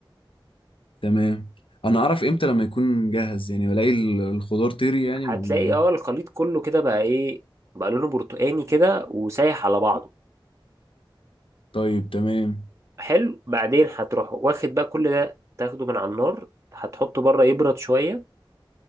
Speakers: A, on the left; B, on the right.
A: تمام انا اعرف امتى لما يكون جاهز يعني بلاقي ال- الخضار طري يعني
B: هتلاقي
A: ولا ايه
B: اه الخليط كله كده بقى ايه بقى لونه برتقاني كده وسايح على بعضه
A: طيب تمام
B: حلو بعدين هتروح واخد بقى كل ده تاخده من على النار هتحطه بره يبرد شوية